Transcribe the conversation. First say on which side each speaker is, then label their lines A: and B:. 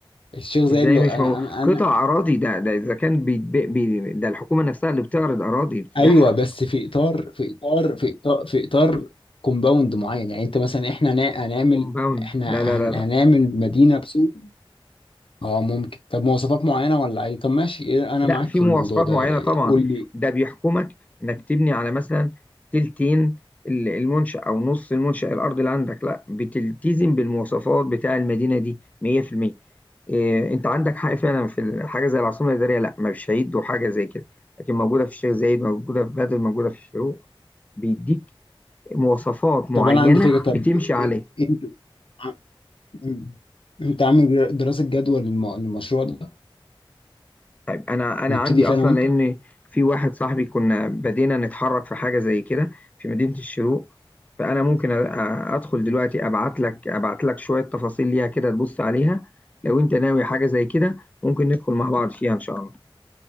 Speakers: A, on the left; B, on the left.
A: الشيخ زايد
B: ازاي
A: لو
B: مش
A: انا
B: مو... قطع
A: انا
B: اراضي ده ده اذا كان بيتبيع بي... ده الحكومه نفسها اللي بتعرض اراضي بتبيعها
A: ايوه بس في اطار في اطار في اطار في اطار كومباوند معين يعني انت مثلا احنا هنا- هنعمل
B: كومباوند
A: احنا
B: لا لا لا
A: هن-
B: لا
A: هنعمل مدينه بسوق اه ممكن طب مواصفات معينه ولا عادي طب ماشي إيه، انا
B: لا
A: معاك
B: في
A: في
B: مواصفات
A: الموضوع ده
B: معينه
A: إيه،
B: طبعا
A: قول لي
B: ده بيحكمك انك تبني على مثلا تلتين ال- المنشأ او نص المنشأ الارض اللي عندك لا بتلتزم بالمواصفات بتاع المدينه دي 100% إيه انت عندك حق فعلا في حاجه زي العاصمه الاداريه لا مش هيدوا حاجه زي كده لكن موجوده في الشيخ زايد موجوده في بدر موجوده في الشروق بيديك مواصفات معينة
A: طب انا عندي فكره طب
B: بتمشي
A: إيه- إيه،
B: عليه
A: انت ع- مم. انت عامل دراسه جدوى للم- للمشروع ده
B: طيب انا انا
A: نبتدي
B: عندي
A: فيه
B: اصلا
A: انا وانت
B: لان في واحد صاحبي كنا بدينا نتحرك في حاجة زي كده في مدينة الشروق فانا ممكن أ- أ- ادخل دلوقتي ابعت لك ابعت لك شوية تفاصيل ليها كده تبص عليها لو انت ناوي حاجة زي كده ممكن ندخل مع بعض فيها ان شاء الله